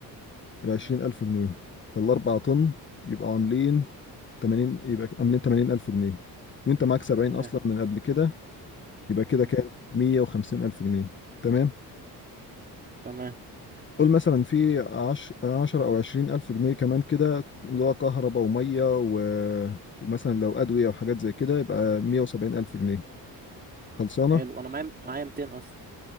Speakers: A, on the left (about 30°); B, on the right (about 25°).
A: 20000 جنيه فالأربع طن يبقوا عاملين 80 يبقى عاملين 80000 جنيه وانت معاك 70
B: تمام
A: اصلا من قبل كده يبقى كده
B: امم
A: كام 150000 جنيه تمام
B: تمام
A: قول مثلا في 10 او 20000 جنيه كمان كده اللي هو كهرباء وميه و... ومثلا لو ادويه وحاجات زي كده يبقى 170000 جنيه خلصانه
B: حلو انا معايا معايا 200 اصلا